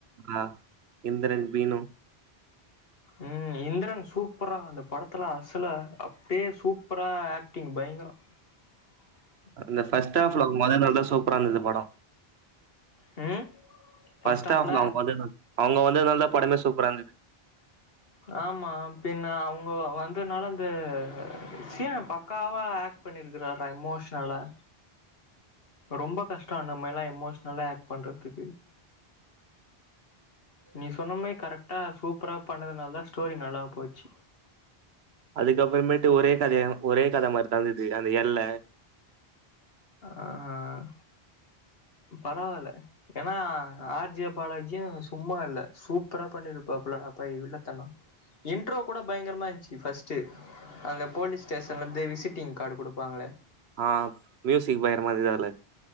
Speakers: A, on the right; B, on the left.
A: ஆஹ் இந்திரன் பீனு
B: ம் இந்திரன் சூப்பர் ரா அந்த படத்தில அசல அப்டியே சூப்பரா ஆக்டிங் பயங்கர <inaudible>
A: அந்த பஸ் ஸ்டாப்ல <unintelligible> சூப்பரா இருந்தது படம்
B: ம் ஃபர்ஸ்ட்
A: பஸ்ட்
B: ஹாஃப்ல
A: ஆப் அவங்க வந்து அவங்க வந்து டா படமே சூப்பரா இருந்தது
B: ஆமா பின்ன அவங்க வந்ததுனால அந்த சீன பக்காவா ஆக் பண்ணிருக்கிறா எமோஷனலா ரொம்ப கஷ்ட நம்ம எல்லா எமோஷ்னலா ஆக்ட் பண்ணுறதுக்கு நீ சொன்னமாரி கரெக்டாக சூப்பராக பண்ணதுனால தா ஸ்டோரி நல்லா போச்சு
A: அதுக்கப்பறமேட்டு ஒரே கதையா ஒரே கத மாறிதா இருந்தது அந்த எல்ல
B: ஆஹ் பரவாயில்ல ஏன்னா ஆர் ஜே பாலாஜியு சும்மா இல்ல சூப்பரா பண்ணிருப்பாபல அப்பா வில்லத்தன இன்ட்ரோ கூட பயங்கரமா இருந்துச்சு ஃபஸ்ட்டு அந்த போலீஸ் ஸ்டேஷன்ல இருந்து விசிட்டிங் கார்டு கொடுப்பாங்களே
A: ஆஹ் மியூச் பாயிர மாறி எதால